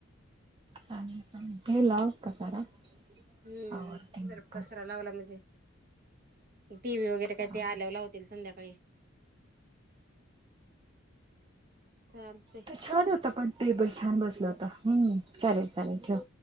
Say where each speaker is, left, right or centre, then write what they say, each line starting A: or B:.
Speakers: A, on the right; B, on the right.
A: चांगले चांगले खेलाव पसारा. <unintelligible>
B: हम्म
A: आवरते मी
B: जर
A: पण
B: पसरा लाव लागल टी व्ही वगैरे
A: चालेल.
B: काही ते आल्याव लावत त्याले संध्याकाळी चालते.
A: ते
B: <unintelligible>
A: छान होता पण टेबल छान बसला होता. हम्म चालेल चालेल ठेव.